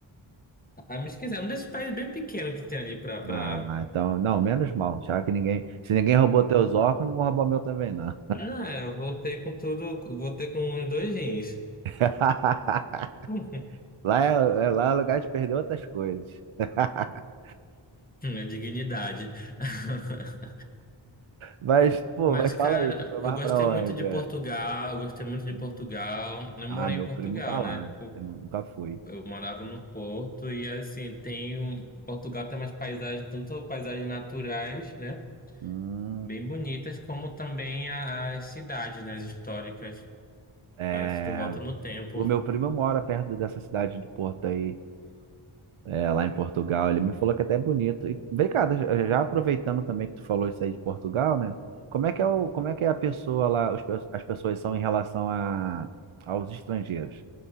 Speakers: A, on the left; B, on the right.
A: Ah, me esqueci, é um desses países bem pequeno que tem ali pra, pra...
B: Ah, então, não, menos mal. Já que ninguém. Se ninguém roubou teus óculos, não vão roubar o meu também, não.
A: Não, é, eu voltei com tudo, voltei com os dois rins.
B: <laughs>
A: <laughs>
B: Lá é, é- lá é lugar de perder outras coisas. <laughs>
A: A dignidade. <laughs>
B: Mas, pô,
A: Mas,
B: mas
A: cara,
B: fala aí, tu foi mais
A: eu gostei
B: pra onde?
A: muito de
B: né?
A: Portugal, gostei muito de
B: Hum,
A: Portugal. Eu morei
B: Ah, meu
A: em Portugal,
B: primo tá lá.
A: né? Tipo,
B: Eu nunca fui.
A: Eu morava no Porto e, assim, tem... um- Portugal tem umas paisagens, tanto paisagens naturais, né?
B: Hum,
A: Bem bonitas, como também a- as cidades, né? As históricas.
B: é.
A: Parece que tu volta no tempo.
B: O meu primo mora perto dessa cidade do Porto aí, é, lá em Portugal. Ele me falou que até é bonito. E vem cá, já já aproveitando também que tu falou isso aí de Portugal, né? Como é que é o, como é que é a pessoa lá, os pe- as pessoas são em relação a, aos estrangeiros,